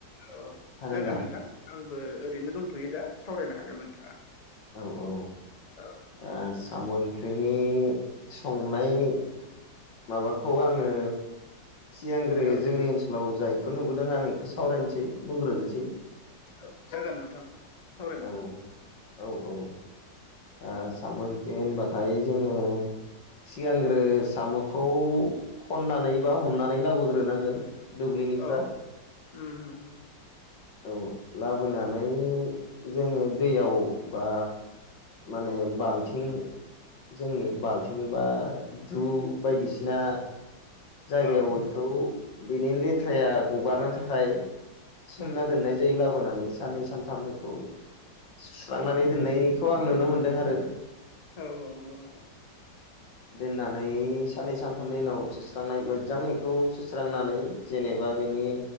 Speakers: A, on the left (about 25°); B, on the left (about 90°).
A: औ औ
B: हागोन
A: जागोन
B: दा
A: नोंथां आंबो ओरैनो दंथ'यो दा सावरायनो हागोन नोंथाङा।
B: औ औ
A: औ।
B: दा साम' ओंख्रिनि संनाय माबाखौ आङो सिगांग्रो
A: औ
B: जोंनि ओनसोल लाव जायखौ नुबोदों आं बेखौ सावरायनोसै। बुंग्रोनोसै
A: औ जागोन नोंथां सावरायनो हागोन
B: औ-औ-औ।
A: औ
B: ओ साम' ओंख्रि होनबाथाय जोङो सिगांग्रो साम' खौ खननानै बा हमनानै लाबोग्रोनांगोन। दुब्लिनिफ्रा
A: औ उम उम उम
B: औ लाबोनानै जोङो दैयाव बा माने बाल्थिं जोंनि बाल्थिं बा दु बायदिसिना जायगायाव
A: औ
B: खौ बिनि लेथ्राया गगारनो थाखाय सोमना
A: उम उम
B: दोननाय
A: उम
B: जायो लाबोनानै। साननै सानथामैखौ सुस्रांनानै
A: नंगौ नोंथां
B: दोननायखौ आं नुनो मोनदों आरो।
A: औ औ नंगौ नोंथां।
B: दोननानै साननै सानथामनि उनाव सुस्रांनाय मोजां बेखौ सुस्रांनानै जेनेबा बिनि